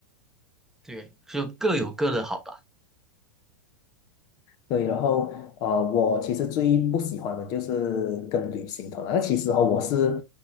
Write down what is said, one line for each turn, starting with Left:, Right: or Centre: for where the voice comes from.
Centre: 对，就各有各的好吧。
Left: 对，然后呃，我其实最不喜欢的就是跟旅行团了。那其实哦，我是